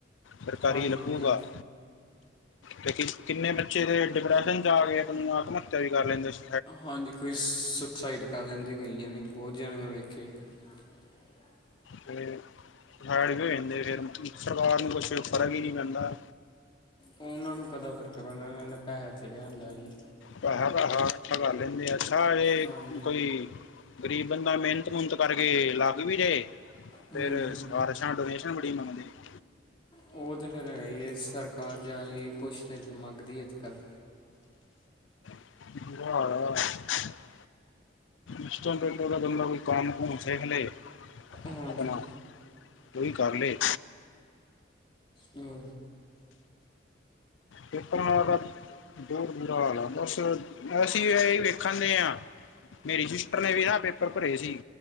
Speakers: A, on the left (about 80°); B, on the left (about 25°).
A: ਸਰਕਾਰੀ
B: ਹਾਂਜੀ
A: ਲੱਗੁਗਾ।
B: ਹਾਂਜੀ
A: ਤੇ ਕਿੰਨੇ ਬੱਚੇ ਦੇ ਡਿਪਰੈਸ਼ਨ ਚ ਆ ਕੇ ਆਪ ਨੂੰ ਆਤਮ ਹੱਤਿਆ ਵੀ ਕਰ ਲੈਂਦੇ ਸੀ।
B: ਹਾਂਜੀ ਕੋਈ ਸੁਸਾਈਡ ਕਰ ਲੈਂਦੇ ਕਈ ਜਾਣੇ ਬਹੁਤ ਜਾਣੇ ਮੈਂ ਵੇਖੇ <inaudible>
A: ਤੇ- ਸੈਡ ਤੇ ਹੋ ਜਾਂਦੇ ਫਿਰ ਸਰਕਾਰ ਨੂੰ ਕੁਛ ਫ਼ਰਕ ਹੀ ਨਹੀਂ ਪੈਂਦਾ।
B: ਉਹਨਾਂ ਨੂੰ ਕਾਦਾ ਫਰਕ ਪੈਣਾ ਇਹਨਾਂ ਨੂੰ ਪੈਹਾ ਚੜਿਆ ਹੁੰਦਾ ਜੀ।
A: ਪੈਹਾ-ਪੈਹਾ ਕੱਠਾ ਕਰ ਲੈਂਦੇ ਆ ਸਾਰੇ
B: ਹਾਂਜੀ
A: ਇਕੋ ਈ ਗਰੀਬ ਬੰਦਾ ਮਿਹਨਤ- ਮੁਹਨਤ ਕਰਕੇ ਲਗ ਵੀ ਜਾਏ
B: ਹੂੰ
A: ਫਿਰ ਸਿਫ਼ਾਰਸ਼ ਨਾ‌ ਡੋਨੇਸ਼ਨ ਬੜੀ ਮੰਗਦੇ-
B: ਉਹ ਤਾਂ ਫਿਰ ਹੈਗਾ ਜੀ ਸਰਕਾਰ ਜਾਏਗੀ ਕੁਛ ਤੇ ਮੰਗਦੀ ਅੱਜ-ਕੱਲ੍ਹ
A: <unintelligible> ਉਸਤ‌ ਰਾ‌ ਬੰਦਾ‌ ਕੋਈ ਕੰਮ-ਕੁਮ ਸਿਖ ਲੇ
B: ਹਾਂਜੀ
A: ਆਪਣਾ ਉਹੀ ਕਰ ਲਏ।
B: ਹੂੰ।
A: ਪੇਪਰਾ ਦਾ‌ ਤਾਂ ਬਹੁਤ‌ ਬੂਰਾ ਹਾਲ ਆ ਬਸ ਅਸੀਂ ਇਹੀ ਵੇਖਣ ਦੇ ਹਾਂ। ਮੇਰੀ ਸਿਸਟਰ ਨੇ ਵੀ ਨਾ ਪੇਪਰ ਭਰੇ ਸੀ।